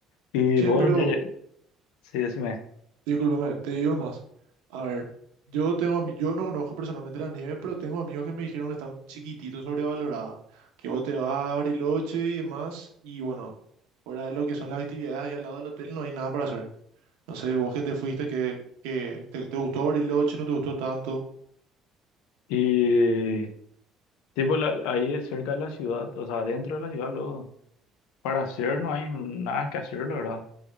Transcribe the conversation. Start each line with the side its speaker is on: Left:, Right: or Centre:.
Left: Y
Right: Che,
Left: vos,
Right: pero
Left: ya, ya- sí, decime.
Right: Discúlpame, te digo más. A ver, yo tengo, ami- yo no conozco personalmente la nieve, pero tengo amigos que me dijeron que está un chiquitito sobrevalorada, que vos te vas a Bariloche y demás, y bueno, fuera de lo que son las actividades ahí al lado del hotel, no hay nada para hacer. No sé, vos que te fuiste, que, que te, te gustó Bariloche, no te gustó tanto.
Left: Y tipo la- ahí cerca de la ciudad, o sea, dentro de la ciudad, luego, para hacer no hay nada que hacer, la verdad.